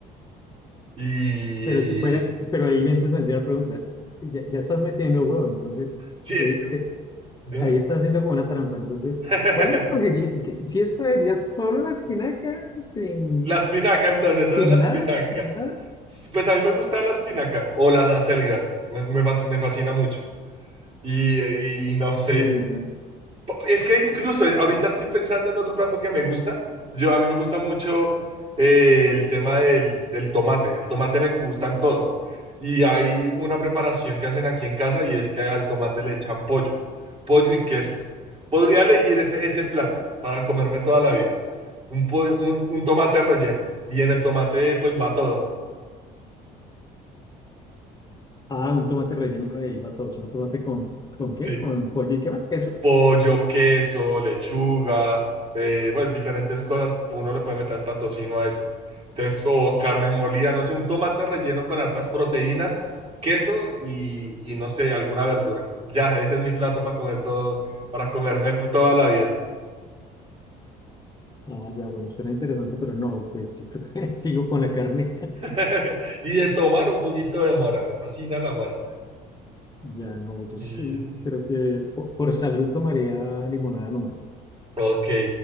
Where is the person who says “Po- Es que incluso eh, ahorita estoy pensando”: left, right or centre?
Right